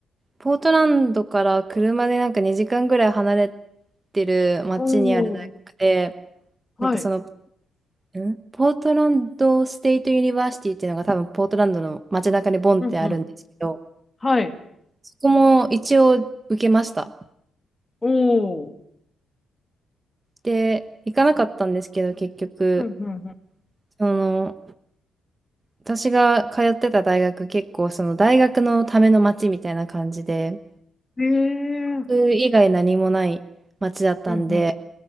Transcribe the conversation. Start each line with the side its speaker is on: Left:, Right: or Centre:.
Right: ポートランドから車でなんか2時間ぐらい離れてる町にある大学で、
Left: おお、はい。
Right: なんかそのんポートランドステイトユニバーシティっていうのが多分ポートランドの街中にボンってあるんですけど、
Left: うん、うん。はい。
Right: そこも一応受けました。
Left: おお。
Right: で、行かなかったんですけど、結局、
Left: うん、うん、うん、
Right: その、私が通ってた大学結構その大学のための街みたいな感じで、
Left: ええうん
Right: 大学以外何もない街だったんで、
Left: うん、